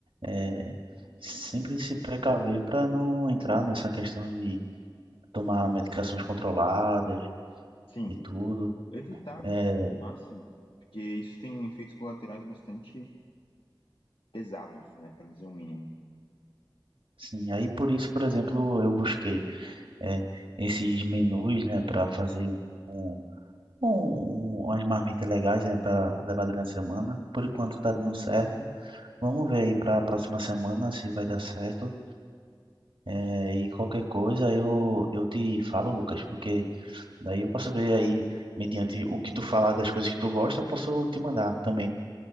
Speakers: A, on the right (about 75°); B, on the left (about 75°).
A: é, sempre se precaver para não entrar nessa questão de tomar medicações controladas
B: Sim,
A: e tudo.
B: evitar, né?
A: É,
B: O máximo. Porque isso tem efeitos colaterais bastante pesados, né? Para dizer o mínimo.
A: sim, aí por isso, por exemplo, eu busquei é, esses menus, né, para fazer um, um, umas marmitas legais, né, para levar durante a semana. Por enquanto tá dando certo. Vamos ver aí para a próxima semana se vai dar certo. É, e qualquer coisa eu, eu te falo, Lucas, porque daí eu posso ver aí, mediante o que tu falar das coisas que tu gosta, eu posso te mandar também